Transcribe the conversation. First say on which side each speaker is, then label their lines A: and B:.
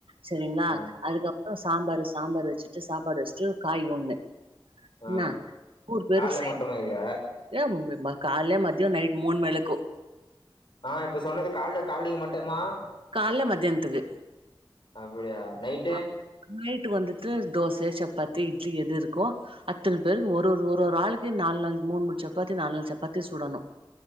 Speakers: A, on the right (about 80°); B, on the left (about 65°).
A: செரிங்ளா
B: ஆ
A: அதுக்கப்றோ சாம்பாரு சாம்பாரு வெச்சுட்டு சாப்பாடு வெச்ட்டு காய் ஒன்னு
B: ஆ
A: இன்னா கூறு பேருக்
B: கால்ல
A: செய்னு
B: மட்டுமா இது
A: ஏ <unintelligible> கால்லே மத்யோ நைட் மூன் மேலக்கோ
B: ஆ இப்ப சொன்னது கால்லே கால்லைக் மட்டு்ம்மா
A: கால்ல மத்தியானத்துக்கு
B: அப்டியா நைட்
A: ஆ நைட்டு வந்துட்டு தோச சப்பாத்தி இட்லி எது இருக்கோ அத்தன பேருக்கு ஒரு ஒரு ஒரு ஒரு ஆளுக்கு நாலு நாலு மூணு மூணு சப்பாத்தி நாலு நாலு சப்பாத்தி சுடணு